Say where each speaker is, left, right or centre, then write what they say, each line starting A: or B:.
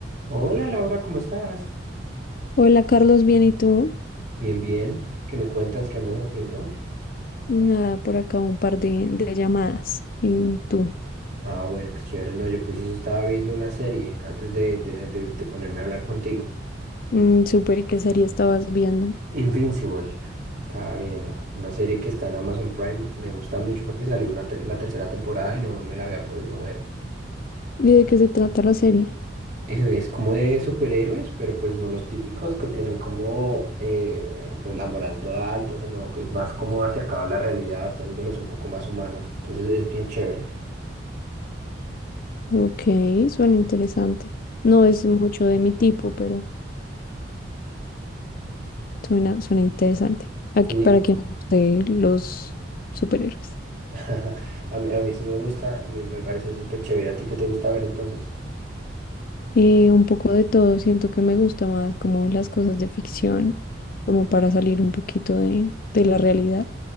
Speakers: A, on the right (about 40°); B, on the left (about 50°).
A: Hola Laura, ¿cómo estás?
B: Hola Carlos, bien, ¿y tú?
A: Bien, bien. ¿Qué me cuentas? ¿Qué andas haciendo?
B: Nada, por acá un par de, de llamadas. ¿Y tú?
A: Ah, bueno, qué chévere. No, yo preciso estaba viendo una serie antes de, de, de- de ponerme a hablar contigo.
B: Mm, súper, ¿y qué serie estabas viendo?
A: Invincible. Estaba viendo una serie que está en Amazon Prime. Me gusta mucho porque salió una te- la tercera temporada y no me la había podido ver.
B: ¿Y de qué se trata la serie?
A: Eh, Es como de superhéroes, pero pues no los típicos que tienen como eh, pues la moral toda alta, sino que es más como acercado a la realidad, haciéndolos un poco más humanos. Entonces es bien chévere.
B: Ok, suena interesante. No es mucho de mi tipo, pero suena, suena interesante. Aquí
A: Sí,
B: para quien le guste los superhéroes.
A: <laughs> A mí, a mí sí me gusta, me, me parece súper chévere. ¿A ti qué te gusta ver entonces?
B: Eh, un poco de todo, siento que me gusta más como las cosas de ficción, como para salir un poquito de, de la realidad.